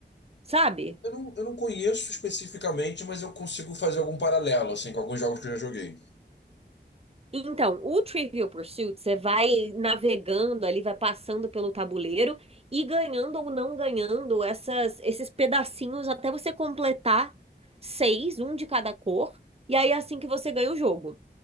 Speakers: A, on the right; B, on the left.
A: sabe?
B: Eu não, eu não conheço especificamente, mas eu consigo fazer algum paralelo, assim, com alguns jogos que eu já joguei.
A: Então, o Trivial Pursuit, você vai navegando ali, vai passando pelo tabuleiro e ganhando ou não ganhando essas, esses pedacinhos até você completar seis, um de cada cor, e aí é assim que você ganha o jogo.